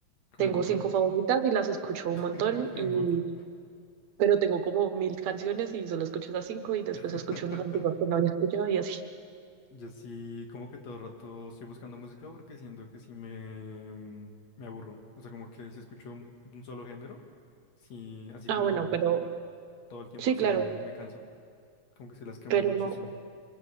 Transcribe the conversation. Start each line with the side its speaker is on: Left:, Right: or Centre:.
Left: como
Right: tengo
Left: un montón
Right: cinco favoritas y las escucho un
Left: <laughs>
Right: montón,
Left: en
Right: y,
Left: bucle.
Right: pero tengo como mil canciones y solo escucho esas cinco y después
Left: <laughs>
Right: escucho unas antiguas que no había escuchado y así.
Left: Yo sí, como que todo el rato estoy buscando música porque siento que sí me, mm, me aburro. O sea, como que si escucho un, un solo género, sí, así
Right: Ah,
Left: como
Right: bueno, pero
Left: mm, todo el tiempo,
Right: sí,
Left: sí
Right: claro,
Left: me, me canso. Como que sí las quemo
Right: pero
Left: muchísimo.
Right: no.